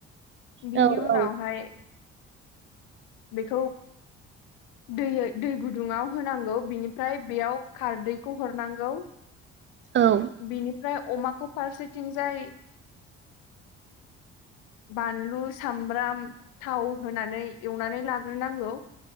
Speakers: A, on the left; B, on the right.
A: बिनि
B: औ
A: उनावहाय
B: औ
A: बेखौ दै दै गुदुङाव होनांगौ बिनिफ्राय बेयाव खारदैखौ हरनांगौ
B: औ
A: बिनिफ्राय अमाखौ फारसेथिंजाय बानलु सामब्राम थाव होनानै एवनानै लाग्रोनांगौ।